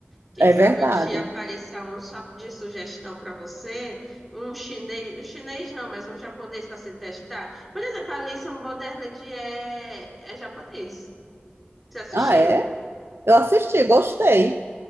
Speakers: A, in the centre; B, on the right.
A: Quem
B: É
A: sabe
B: verdade.
A: um dia apareça um só de sugestão para você, um chinês, um chinês não, mas um japonês para você testar. Por exemplo, Alice in Borderland é, é japonês. Você assistiu?
B: Ah, é? Eu assisti, gostei.